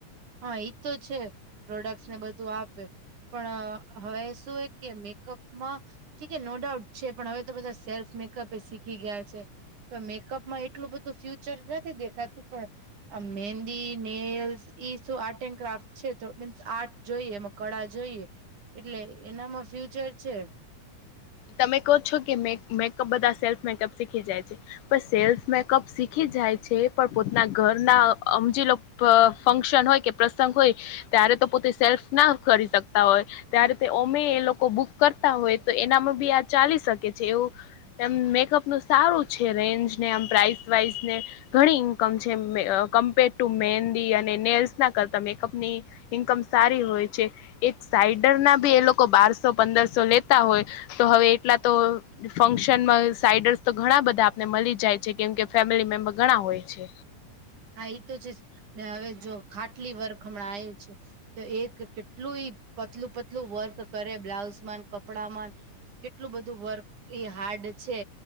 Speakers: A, on the right; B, on the left.
A: હા ઈ તો છે. પ્રોડક્ટસ ને બધું આપે. પણ હવે શું હે કે મેકઅપમાં ઠી કે નો ડાઉટ છે, પણ હવે તો બધા સેલ્ફ મેકઅપ એ શીખી ગયા છે. તો મેકઅપમાં એટલું બધું ફ્યુચર નથી દેખાતું, પણ આ મેદી નેલ્સ ઈ શું આર્ટ એન્ડ ક્રાફ્ટ છે. તો મીન્સ આર્ટ જોઈએ એમાં કળા જોઈએ એટલે એનામાં ફ્યુચર છે.
B: તમે કહો છો કે મેક મેકઅપ બધા સેલ્ફ મેકઅપ શીખી જાય છે. પણ સેલ્ફ મેકઅપ શીખી જાય છે, પણ પોતાના ઘરના અ અમજી લો. પ ફંક્શન હોય કે પ્રસંગ હોય. ત્યારે તો પોતે સેલ્ફ ના કરી શકતા હોય. ત્યારે તે ઓમે એ લોકો બુક કરતા હોય. તો એનામાં બી આ ચાલી શકે છે એવું એમ મેકઅપ તો સારું છે. રેન્જને આમ પ્રાઇસ વાઈઝ ને ઘણી ઇન્કમ છે. અ કમ્પેર ટુ મહેંદી અને નેલ્સના કરતા મેકઅપની ઇન્કમ સારી હોય છે. એક સાઈડર ના બી એ લોકો બારસો પંદરસો લેતા હોય તો હવે એટલા તો ફંક્શનમાં સાઈડર્સ તો ઘણા બધા આપને મલી જાય છે, કેમ કે ફેમિલી મેમ્બર ઘણા હોય છે.
A: હા એ તો છે ને હવે જો ખાટલી વર્ખ હમણાં આયુ છે. તો એક કેટલું ઈ પતલું - પતલું વર્ક કરે બ્લાઉઝ મા કપડા માં કેટલું બધું વર્ક એ હાર્ડ છે.